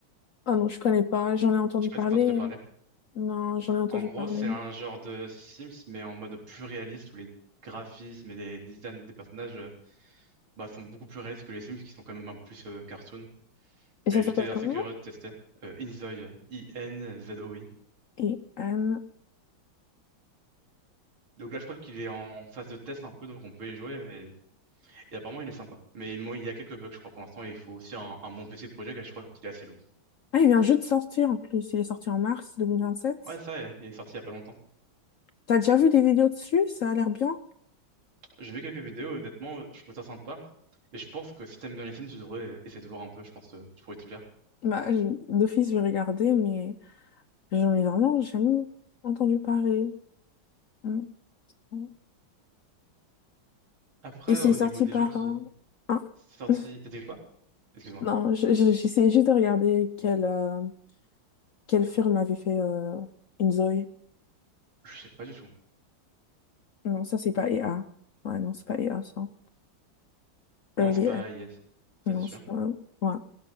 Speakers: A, on the left; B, on the right.
A: ah non, je connais pas. J'en ai entendu
B: Je sais pas
A: parler.
B: si t'as entendu parler.
A: hein. Non, j'en ai entendu
B: En gros,
A: parler.
B: c'est un genre de Sims, mais en mode plus réaliste, où les graphismes et les designs des personnages euh, bah, sont beaucoup plus réalistes que les Sims, qui sont quand même un peu plus euh, cartoon.
A: Et
B: Et
A: ça
B: j'étais
A: s'appelle
B: assez
A: comment?
B: curieux de tester. Euh, Inzoi, I-N-Z-O-I.
A: Et Anne.
B: Donc là, je crois qu'il est en phase de test un peu, donc on peut y jouer. mais- Et apparemment, il est sympa. Mais moi, il y a quelques bugs, je crois, pour l'instant. Et il faut aussi un, un bon PC pour jouer, car je crois qu'il est assez lourd.
A: Ah, il vient juste de sortir en plus. Il est sorti en mars deux mille vingt sept
B: Ouais, ça, euh, il est sorti il y a pas longtemps.
A: T'as déjà vu des vidéos dessus? Ça a l'air bien.
B: J'ai vu quelques vidéos, honnêtement, je trouve ça sympa. Et je pense que si t'aimes bien les Sims, tu devrais essayer de voir un peu, je pense que tu pourrais t'y plaire.
A: Bah, je- d'office, je vais regarder, mais j'en ai vraiment jamais entendu parler. Mm. mm.
B: Après,
A: Et c'est
B: au
A: sorti
B: niveau des
A: par...
B: jeux, tu...
A: euh, un-
B: C'est sorti.
A: <laughs>
B: T'as dit quoi? Excuse-moi.
A: Non, je- je- j'essayais juste de regarder quel, euh, quel film avait fait euh, Inzoï.
B: Je sais pas du tout.
A: Non, ça, c'est pas EA. Ouais, non, c'est pas EA, ça.
B: Non,
A: Early
B: c'est pas
A: Act.
B: Yes. Ça,
A: Non,
B: c'est sûr.
A: c'est pas... Ouais.